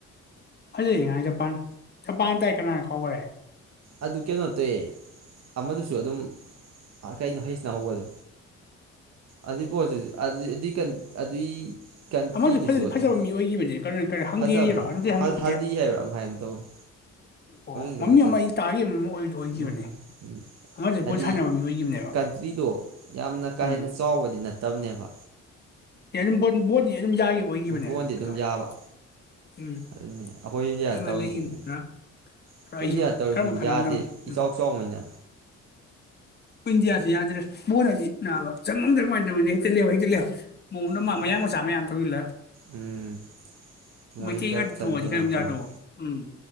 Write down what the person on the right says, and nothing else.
ꯑꯗꯨ ꯀꯩꯅꯣ ꯇꯧ ꯑꯃꯗꯨꯁꯨ ꯑꯗꯨꯝ ꯀꯩꯅꯣ ꯍꯩꯁꯅ ꯍꯧꯕꯗꯣ ꯑꯗꯨꯏ ꯄꯣꯠꯇꯨ ꯑꯗꯨꯏ ꯑꯗꯨꯏ ꯀꯟ ꯑꯗꯨꯏ ꯀꯟꯇ꯭ꯔꯤꯗꯨꯁꯨ
ꯑꯗꯨꯝ
ꯐꯖꯕꯅꯦ
ꯍꯜꯗꯤ ꯍꯥꯏꯕ꯭ꯔꯥ ꯑꯃ ꯍꯥꯏꯕ ꯇꯧꯕꯅꯤ
ꯑꯗꯨꯝ
ꯆꯠ
ꯎꯝ ꯎꯝ
ꯍꯥꯏꯗꯤ
ꯀꯟꯇ꯭ꯔꯤꯗꯣ ꯌꯥꯝꯅ ꯀꯥ
ꯍꯦꯟꯅ ꯆꯥꯎꯕꯗꯤ ꯅꯠꯇꯕ ꯅꯦꯕ
ꯕꯣꯟꯗꯤ ꯑꯗꯨꯝ ꯌꯥꯕ ꯑꯗꯨꯅꯤ ꯑꯩꯈꯣꯏ ꯏꯟꯗꯤꯌꯥ ꯇꯧꯔꯤꯁꯤꯅꯤ ꯑꯩꯈꯣꯏ
ꯏꯟꯗꯤꯌꯥ ꯇꯧꯔꯤꯁꯦ
ꯌꯥꯗꯦ
ꯏꯆꯥꯎ ꯆꯥꯎꯅ
ꯎꯝ
ꯎꯝ ꯃꯣꯏ
ꯀꯔꯞꯁꯟ
ꯀꯩꯅꯣ
ꯇꯧꯔ